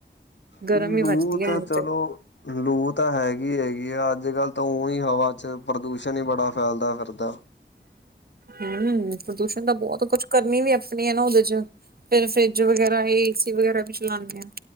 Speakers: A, on the right; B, on the left.
A: ਗਰਮ
B: ਲੂ
A: ਹੀ ਵੱਜਦੀ ਹੈ
B: ਤਾਂ
A: ਮੈਨੂੰ
B: ਚਲੋ
A: ਤੇ
B: ਲੂ ਤਾਂ ਹੈਗੀ-ਹੈਗੀ ਆ ਅੱਜ-ਕੱਲ ਤਾਂ ਹੀ ਹਵਾ ਚ ਪ੍ਰਦੂਸ਼ਣ ਹੀ ਬੜਾ ਫੈਲਦਾ ਫਿਰਦਾ।
A: ਹੂੰ, ਪ੍ਰਦੂਸ਼ਣ ਤਾਂ ਬਹੁਤ ਕੁਛ ਕਰਨੀ ਵੀ ਆਪਣੀ ਹੈ ਨਾ ਉਹਦੇ ਚ। ਫਿਰ ਫਰਿੱਜ ਵਗੈਰਾ, ਏਸੀ ਵਗੈਰਾ ਵੀ ਚਲਾਉਂਦੇ ਆ।